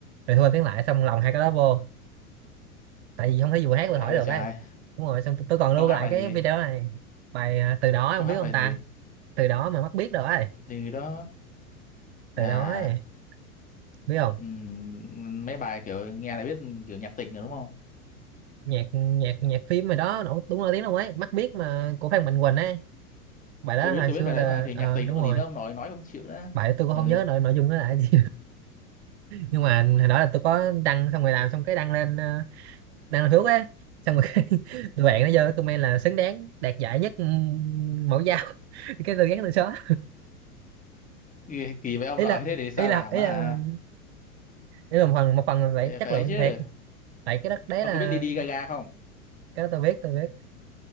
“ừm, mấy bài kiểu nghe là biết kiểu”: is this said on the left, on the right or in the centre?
Left